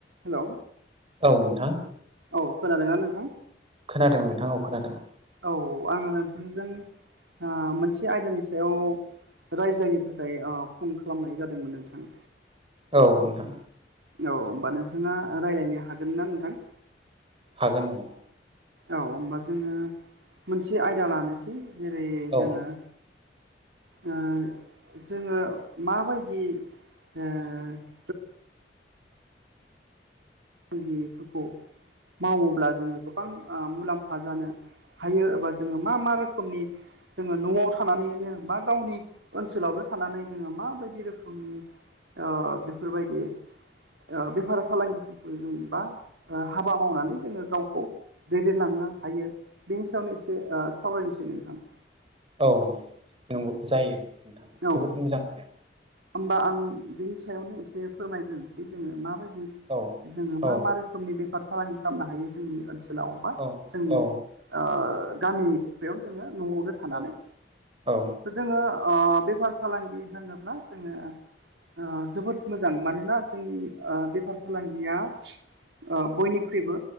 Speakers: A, on the right; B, on the right.
A: Hello
B: औ नोंथां
A: औ खोनादों ना नोंथां?
B: खोनादों नोंथां औ खोनादों।
A: औ आङो नोंथांजों ओ‌ मोनसे आयदानि सायाव रायज्लायनि थाखाय ऐ फन खालामनाय जादोंमोन नोंथां
B: औ नोंथां
A: औ होनोमबा नोंथाङा रायज्लायनो हागोन ना नोंथां?
B: हागोन औ
A: औ होमबा जोङो मोनसे आयदा लानोसै जेरै
B: औ
A: जोङो ओ जोङो माबायदि ओ फालांगिफोरखौ मावोब्ला जोङो गोबां ओ मुलाम्फा जानो हायो एबा जोङो मा मा रोखोमनि जोङो न'आव थानानैनो बा गावनि ओनसोलावनो थानानै जोङो माबायदि रोखोमनि ओ बेफोरबायदि ओ बेफार फालांगि जेनबा हाबा मावनानै जोङो गावखौ दैदेनलांनो हायो बेनि सायावनो एसे ओ सावरायनोसै नोंथां।
B: औ नंगौ जायो नोंथां
A: औ
B: जोबोद मोजां आइदा।
A: होमबा आं बिनि सायावनो एसे फोरमायग्रोनोसै जोङो माबायदि
B: औ
A: जोङो
B: औ
A: मा मा रोखोमनि बेफार फालांगि खालामनो हायो जोंनि ओनसोल लाव बा
B: औ
A: जोंनि ओ गामि गफायाव जोङो न'आवनो थानानै
B: औ औ
A: जोङो ओ बेफार फालांगि होनोब्ला जोङो ओ‌ जोबोद मोजां मानोना जोंनि ओ बेफार फालांगिया ओ बयनिख्रुइबो